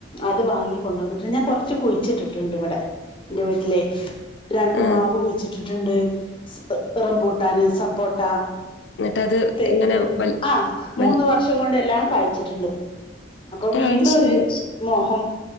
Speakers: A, on the left; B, on the left.
A: അത് വാങ്ങിക്കൊണ്ട വന്നിട്ടുണ്ട് ഞാൻ കൊറച്ച് കുഴിച്ചിട്ടിട്ടുണ്ട് ഇവിടെ എന്റെ വിട്ട്ലേ രണ്ടു
B: ആ
A: മാവ് കുഴിച്ചിട്ടിട്ടുണ്ട് <unintelligible> റംപൂട്ടാന് സപ്പോട്ട
B: എന്നിട്ടത്
A: തെങ്ങ
B: ഇങ്ങനെ വൽ
A: ആഹ
B: വൽ
A: മൂന്ന് വർഷ ഇതുകൊണ്ടെല്ലാം കായിച്ചട്ടുണ്ട് അപ്പൊ
B: ആ
A: വീണ്ടും
B: അത് ശരി
A: ഒരു മോഹം-